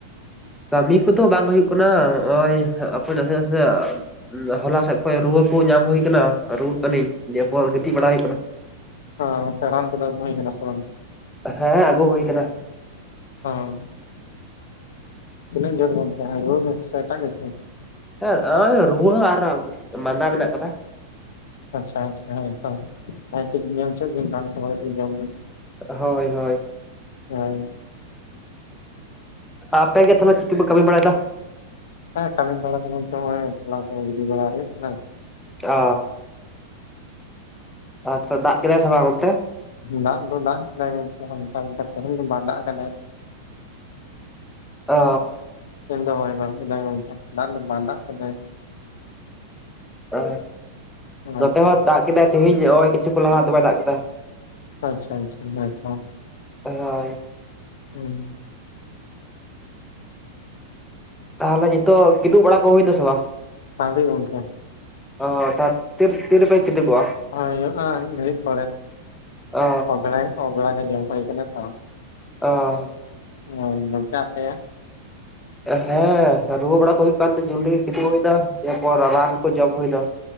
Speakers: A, in the centre; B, on the left (about 70°).
A: ᱠᱟᱹᱢᱤ ᱠᱚᱫᱚ ᱵᱟᱝ ᱦᱩᱭᱩᱜ ᱠᱟᱱᱟ ᱦᱚᱜᱼᱚᱭ ᱟᱯᱮ ᱱᱟᱥᱮ ᱱᱟᱥᱮ ᱦᱚᱞᱟ ᱥᱮᱫ ᱠᱷᱚᱡ ᱨᱩᱣᱟᱹ ᱠᱚ ᱧᱟᱢ ᱦᱩᱭᱩ ᱠᱟᱱᱟ ᱨᱩᱣᱟᱹᱜ ᱠᱟᱹᱱᱤᱧ᱾ ᱫᱤᱭᱮᱯᱚᱨ ᱜᱤᱛᱤᱡ ᱵᱟᱲᱟ ᱦᱩᱭᱩᱜ ᱠᱟᱱᱟ᱾
B: ᱚ ᱜᱚᱢᱠᱮ ᱨᱟᱱ ᱠᱚᱫᱚ ᱟᱹᱜᱩ ᱦᱩᱭ ᱠᱟᱱᱟ ᱥᱮ ᱵᱟᱝ?
A: ᱦᱮᱸ ᱟᱹᱜᱩ ᱦᱩᱭ ᱠᱟᱱᱟ᱾
B: ᱦᱚᱸ ᱛᱱᱟᱹᱧ ᱡᱳᱨ ᱜᱚᱢᱠᱮ ᱦᱟᱭᱰᱳᱞᱤᱠ ᱥᱮ ᱮᱴᱟᱜ ᱠᱤᱪᱷᱩ?
A: ᱦᱮᱸ ᱱᱚᱜ ᱨᱩᱣᱟᱹ ᱟᱨ ᱢᱟᱸᱫᱟ ᱢᱮᱱᱟᱜ ᱠᱟᱫᱟ᱾
B: ᱟᱪᱪᱷᱟ ᱟᱪᱪᱷᱟ ᱦᱮᱸᱛᱚ ᱵᱷᱟᱜᱮᱴᱷᱤᱠ ᱧᱮᱞ ᱦᱚᱪᱚᱜ ᱵᱤᱱ ᱨᱟᱱ ᱠᱚ ᱵᱷᱟᱜᱮᱴᱷᱤᱠ ᱡᱚᱢ ᱵᱤᱱ᱾
A: ᱦᱳᱭ ᱦᱳᱭ᱾
B: <inaudible>
A: ᱟᱯᱮ ᱜᱮ ᱛᱟᱦᱚᱞᱮ ᱪᱤᱠ ᱠᱚᱯᱮ ᱠᱟᱹᱢᱤ ᱵᱟᱲᱟᱭᱫᱟ?
B: ᱦᱮᱸ ᱠᱟᱹᱢᱤ ᱵᱟᱲᱟ ᱫᱚ ᱱᱤᱛᱜ ᱛᱚᱞᱟ ᱠᱚ ᱜᱤᱰᱤ ᱵᱟᱲᱟ ᱦᱩᱭᱩᱜ ᱠᱟᱱᱟ᱾
A: ᱚ᱾ ᱟᱪᱪᱷᱟ, ᱫᱟᱜ ᱠᱮᱫᱟᱭ ᱥᱮ ᱵᱟᱝ ᱚᱱᱛᱮ?
B: ᱫᱟᱜ ᱫᱚ ᱫᱟᱜ ᱠᱮᱫᱟᱭ ᱜᱚᱢᱠᱮ ᱦᱟᱞᱠᱟ ᱦᱟᱞᱠᱟ, ᱛᱮᱦᱮᱧ ᱫᱚ ᱵᱟᱭ ᱫᱟᱜ ᱠᱟᱫᱟᱭ᱾
A: ᱚ᱾
B: ᱛᱮᱦᱮᱧ ᱫᱚ ᱵᱟᱭ ᱫᱟᱜ ᱠᱟᱫᱟ ᱜᱚᱢᱠᱮ, <unintelligible> ᱫᱟᱜ ᱠᱟᱫᱟᱭ᱾
A: ᱚ
B: ᱦᱳᱭ
A: ᱱᱚᱛᱮ ᱦᱚᱸ ᱫᱟᱜ ᱠᱮᱫᱟᱭ ᱛᱮᱦᱮᱧ ᱱᱚᱜᱼᱚᱭ ᱠᱤᱪᱷᱩ ᱠᱷᱚᱱ ᱞᱟᱦᱟ ᱫᱚᱢᱮᱭ ᱫᱟᱜ ᱠᱮᱫᱟ᱾
B: ᱟᱪᱪᱷᱟ ᱟᱪᱪᱷᱟ ᱦᱮᱸᱛᱚ
A: ᱦᱳᱭ
B: ᱩᱸ
A: ᱛᱟᱦᱚᱞᱮ ᱱᱤᱛᱚᱜ ᱠᱤᱫᱩᱵ ᱵᱟᱲᱟ ᱠᱚ ᱦᱩᱭ ᱱᱟ ᱥᱮ ᱵᱟᱝ?
B: ᱟᱹᱣᱨᱤ ᱜᱚᱢᱠᱮ᱾
A: ᱚ ᱛᱟ ᱛᱤᱨᱮᱯᱮ ᱛᱤᱨᱮᱯᱮ ᱠᱤᱫᱩᱵᱚᱜᱼᱟ?
B: ᱦᱩᱭᱩᱜᱼᱟ ᱢᱤᱫ ᱜᱷᱲᱤᱡ ᱯᱚᱨᱮ,
A: ᱚ
B: <unintelligible> ᱜᱮ ᱡᱚᱢ ᱦᱩᱭ ᱠᱟᱱᱟ ᱛᱚ᱾
A: ᱚ᱾
B: ᱦᱚᱭ ᱢᱚᱪᱟ ᱛᱮ
A: ᱦᱮᱸ ᱨᱩᱣᱟᱹ ᱵᱟᱲᱟ ᱠᱚ ᱦᱩᱭᱩᱜ ᱠᱟᱱᱛᱮ ᱡᱚᱞᱫᱤ ᱜᱮ ᱠᱤᱫᱩᱵ ᱱᱟ᱾ ᱫᱤᱭᱮ ᱯᱚᱨ ᱨᱟᱱ ᱠᱚ ᱡᱚᱢ ᱦᱩᱭ ᱱᱟ